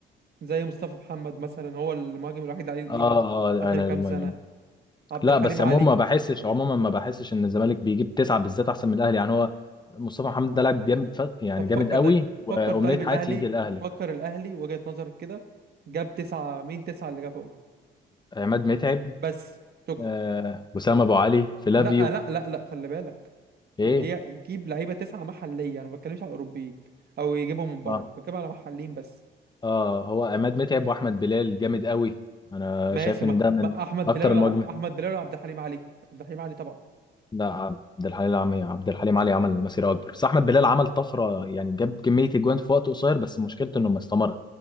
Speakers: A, on the right (about 55°); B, on the left (about 20°).
A: زي مصطفى محمد مثلا هو المهاجم الوحيد اللي عليه القيمة
B: اه اه
A: اخر
B: انا
A: كام
B: المهم
A: سنة عبد
B: لا
A: الحليم
B: بس
A: علي
B: عموما ما بحسش عموما ما بحسش ان الزمالك بيجيب تسعة بالذات احسن من الاهلي يعني هو مصطفى محمد ده لاعب جامد ف... يعني
A: طب فكر
B: جامد قوي
A: طيب
B: وامنية
A: فكر طيب
B: حياتي
A: الاهلي
B: يجي الاهلي
A: فكر الاهلي وجهة نظرك كده جاب تسعة مين تسعة اللي جابهم
B: عماد متعب
A: بس شكرا
B: آه، وسام ابو علي فلافيو
A: لا لا لا لا خلي بالك
B: ايه
A: بيجيب لعيبه تسعه محليه انا ما بتكلمش على اوروبيين او يجيبهم من بره
B: آه،
A: بتكلم على محليين بس
B: اه هو عماد متعب واحمد بلال جامد قوي انا
A: ماشي
B: شايف
A: ما,
B: ان ده من
A: ما احمد
B: اكتر
A: بلال ولا
B: المواجمه
A: احمد بلال ولا عبد الحليم علي عبد الحليم علي طبعا
B: لا عبد الحليم علي عبد الحليم علي عمل مسيره اكبر بس احمد بلال عمل طفره يعني جاب كميه اجوان في وقت قصير بس مشكلته انه ما استمرش